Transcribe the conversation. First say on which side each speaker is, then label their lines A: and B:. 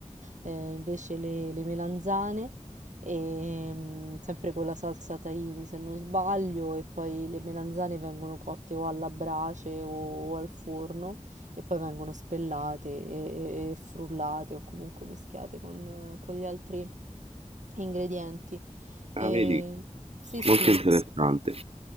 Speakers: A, on the right; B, on the right.
A: eh, invece le, le melanzane, e, mm, sempre con la salsa tahini se non sbaglio, e poi le melanzane vengono cotte o alla brace o, o al forno e poi vengono spellate e, e- e frullate o comunque mischiate con, eh, con gli altri ingredienti. E,
B: Ah, vedi,
A: sì, sì,
B: molto interessante.